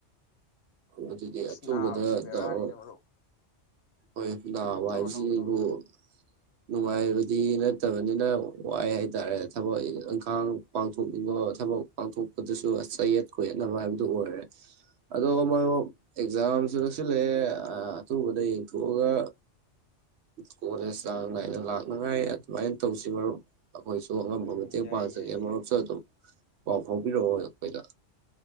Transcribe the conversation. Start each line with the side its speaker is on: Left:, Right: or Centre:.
Right: ꯑꯗꯨꯗꯤ
Left: ꯑꯁ
Right: ꯑꯊꯨꯕꯗ
Left: ꯅꯥꯕꯁꯤ ꯕꯦꯔꯥꯅꯤꯅ
Right: ꯇꯧꯔꯛꯑꯣ
Left: ꯃꯔꯨꯞ
Right: ꯍꯣꯏ ꯅꯥꯕ
Left: ꯎꯝ ꯇꯧꯔꯗꯧꯅꯤ
Right: ꯍꯥꯏꯕꯁꯤꯕꯨ
Left: ꯇꯧꯔꯗꯧꯅꯤ
Right: ꯅꯨꯡꯉꯥꯏꯕꯗꯤ ꯅꯠꯇꯕꯅꯤꯅ ꯋꯥꯏ ꯍꯥꯏꯇꯥꯔꯦ ꯊꯕꯛ ꯏꯪꯈꯥꯡ ꯄꯥꯡꯊꯣꯛꯅꯤꯡꯕ ꯊꯕꯛ ꯄꯥꯡꯊꯣꯛꯄꯗꯨꯁꯨ ꯆꯌꯦꯠ ꯈꯣꯌꯦꯠꯅꯕ ꯍꯥꯏꯕꯗꯨ ꯑꯣꯏꯔꯦ ꯑꯗꯣ ꯃꯔꯨꯞ ꯑꯦꯛꯖꯥꯝꯁꯨ ꯁꯤꯜꯂꯛꯑꯦ ꯑꯊꯨꯕꯗꯩ ꯊꯣꯛꯑꯒ ꯀꯣꯂꯦꯖ ꯆꯥꯡ ꯅꯥꯏꯅ ꯂꯥꯛꯅꯉꯥꯏ ꯑꯗꯨꯃꯥꯏꯅ ꯇꯧꯁꯤ ꯃꯔꯨꯞ ꯑꯩꯈꯣꯏꯁꯨ ꯑꯉꯝꯕ
Left: ꯎꯝ
Right: ꯃꯇꯦꯡ
Left: ꯌꯥꯏ
Right: ꯄꯥꯡꯖꯒꯦ
Left: ꯌꯥꯏ ꯌꯥꯏ
Right: ꯃꯔꯨꯞꯁꯨ ꯑꯗꯨꯝ ꯄꯥꯎ ꯐꯥꯎꯕꯤꯔꯛꯑꯣ ꯑꯩꯈꯣꯏꯗ